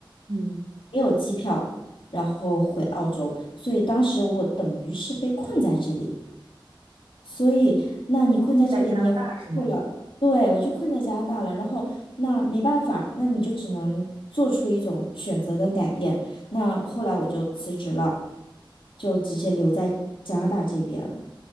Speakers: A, on the right (about 85°); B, on the left (about 80°).
A: 嗯，
B: 没有机票，然后回澳洲，所以当时我等于是被困在这里。所以，那你困在这里，
A: 在加拿大是吗？
B: 你也回不去了。对，我就困在加拿大了。然后，那没办法，那你就只能做出一种选择跟改变。那后来我就辞职了，就直接留在加拿大这边。